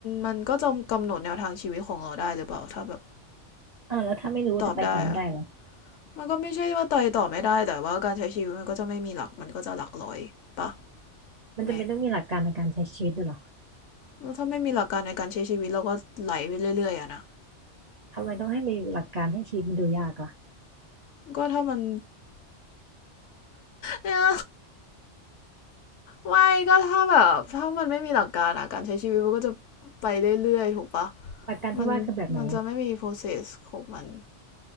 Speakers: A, on the left; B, on the right.
A: มันก็จะกำหนดแนวทางชีวิตของเราได้หรือเปล่าถ้าแบบ
B: เออแล้วถ้าไม่รู้จะไปต่อไม่ได้เหรอ
A: ตอบได้อะมันก็ไม่ใช่ว่าตอยตอบไม่ได้แต่ว่าการใช้ชีวิตมันก็จะไม่มีหลักมันก็จะหลักร้อยไป
B: มันจำเป็นต้องมีหลักการในการใช้ชีวิตด้วยเหรอ
A: แหมแถ้าไม่มีหลักการในการใช้ชีวิตเราก็ไหลไปเรื่อยๆอะนะ
B: ทำไมต้องให้มีหลักการให้ชีวิตมันดูยากล่ะ
A: ก็ถ้ามันเนี่ยไม่ก็ถ้าแบบถ้ามันไม่มีหลักการอะการใช้ชีวิตมันก็จะไปเรื่อยๆถูกปะ
B: หลักการที่ว่าคือแบบไหนอ่ะ
A: มันมันจะไม่มี process ของมัน